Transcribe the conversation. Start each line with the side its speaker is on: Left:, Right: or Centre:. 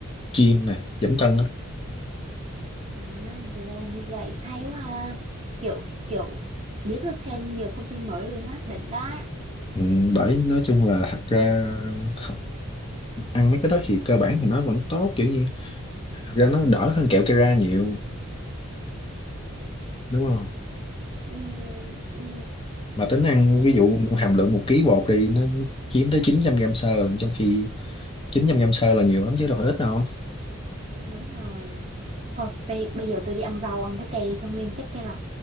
Left: gym nè giảm cân á
Right: À thì ra là như vậy, hay quá ha. Kiểu kiểu biết được thêm nhiều thông tin mới luôn á, đỉnh đó.
Left: Ừ, bởi nói chung là thật ra không, ăn mấy cái đó thì cơ bản thì nó vẫn tốt kiểu như thật ra nó đỡ hơn kẹo Kera nhiều đúng không
Right: Ừ ừ
Left: mà tính ăn
Right: ừ.
Left: ví dụ hàm lượng một ký bột thì nó chiếm tới 900 gram xơ lận, trong khi 900 gram xơ là nhiều lắm chứ đâu phải ít đâu
Right: Đúng rồi. thôi bây, bây giờ tôi đi ăn rau ăn trái cây đi cho nguyên chất cho rồi